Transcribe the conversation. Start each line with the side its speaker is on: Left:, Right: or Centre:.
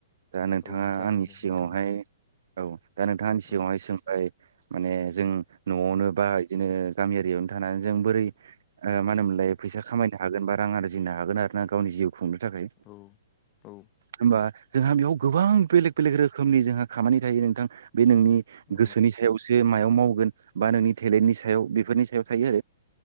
Right: दा नोंथांङा
Left: औ जागोन
Right: आंनि
Left: दे
Right: सिगांङावहाय
Left: नोंथां
Right: औ दा नोंथांनि सिगांङावहाय
Left: औ
Right: सोंबाय माने जों न'आवनो
Left: उम
Right: बा बिदिनो गामि आररियावनो थानानै जों बोरै ओ मा होनोमोनलाय फैसा खामायनो हागोन बा रां आरजिनो हागोन आरो ना गावनि जिउ खुंनो थाखाय
Left: औ औ
Right: होमबा जोंहा बेयाव गोबां बेलेग बेलेग रोखोमनि जोंहा खामानि थायो नोंथां बे नोंनि
Left: औ
Right: गोसोनि सायावसो मायाव मावगोन बा नोंनि टेलेन्टनि सायाव बेफोरनि थायो